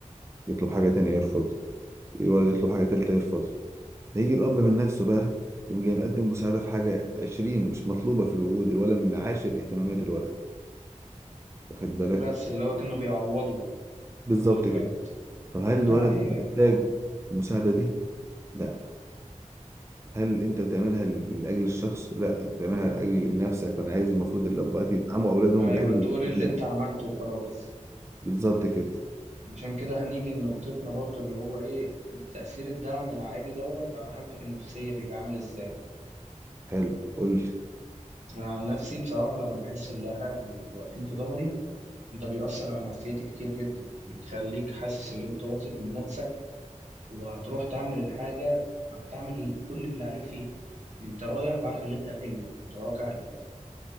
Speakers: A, on the right; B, on the right.
A: يطلب حاجة تانية يرفض الولد يطلب حاجة تالتة يرفض هيجي الأب من نفسه بقى يقوم جاي مقدم مساعدة في حاجة عشرين مش مطلوبة في الوجود الولد من عاشر اهتمامات الولد واخد بالك
B: بس اللي هو كانوا بيعوضوا
A: بالظبط
B: عن اللي فات
A: كده طب هل
B: لا
A: الولد
B: هي
A: محتاج المساعدة دي؟ لا هل انت بتعملها لاجل الشخص؟ لا انت بتعملها لاجل نفسك فانا عايز المفروض الاباء يدعموا اولادهم
B: ايوه
A: لاجل
B: تقول
A: الابناء
B: اللي انت عملته وخلاص
A: بالظبط كده
B: عشان كده هنيجي لنقطتنا برضو اللي هو ايه تأثير الدعم العائلي دوت على حالتك النفسية بيبقى عامل ازاي
A: حلو قول لي
B: انا عن نفسي بصراحة لما بحس ان اهلي واقفين في ظهري ده بيأثر على نفسيتي كتير جدا بتخليك حاسس ان انت واثق من نفسك وهتروح تعمل الحاجة هتعمل كل اللي عليك فيها انت رايح وعارف ان انت هتنجح انت وراك اهلك